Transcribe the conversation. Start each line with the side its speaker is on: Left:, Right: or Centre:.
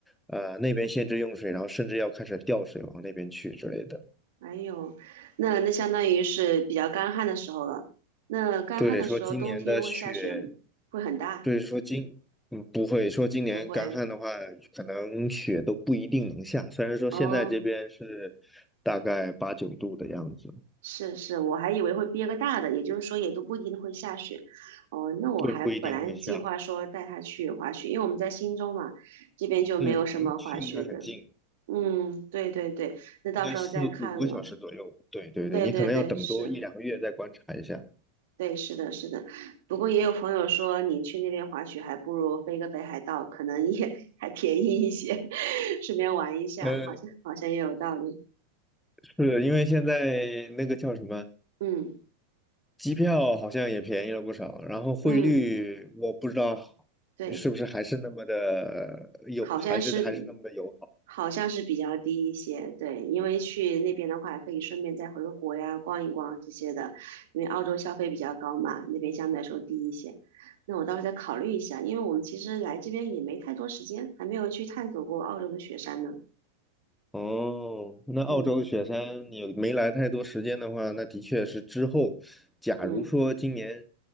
Centre: 呃，那边限制用水，然后甚至要开始调水往那边去之类的。
Right: 哎呦，那那相当于是比较干旱的时候了。那干旱的时候，
Centre: 对，说今年的雪，
Right: 冬天会下雪吗？会很大？
Centre: 对，说今，嗯，不会说今年干旱的话，
Right: 不会。
Centre: 可能雪都不一定能下。虽然说现在这边是大概八九度的样子，
Right: 哦，是是，我还以为会憋个大的，也就是说也都不一定会下雪。哦，那我还本来计划说带他去滑雪，
Centre: 对，不一定会下。
Right: 因为我们在忻州嘛，这边就没有什么滑雪的。
Centre: 嗯，你们去应该很近，
Right: 嗯，对对对，那到时候再看了。
Centre: 应该四五个小时左右。对对对，
Right: 对对对，
Centre: 你可能要等多一两个月再观察一下。
Right: 是。对，是的，是的。不过也有朋友说，你去那边滑雪还不如飞个北海道，可能也 <laughs> 还便宜一些，<laughs> 顺便玩一下，
Centre: 呃，
Right: 好像好像也有道理。
Centre: 是因为现在那个叫什么？
Right: 嗯
Centre: 机票好像也便宜了不少，然后汇率我不知道是不是还是那么的友，
Right: 嗯，对，好像是比
Centre: 还是还是那么的友好。
Right: 好像是比较低一些。对，因为去那边的话，可以顺便再回个国呀，逛一逛这些的。因为澳洲消费比较高嘛，那边相对来说低一些。那我到时候再考虑一下，因为我们其实来这边也没太多时间，还没有去探索过澳洲的雪山呢。
Centre: 哦，那澳洲雪山你没来太多时间的话，
Right: 嗯
Centre: 那的确是之后，假如说今年，
Right: 嗯。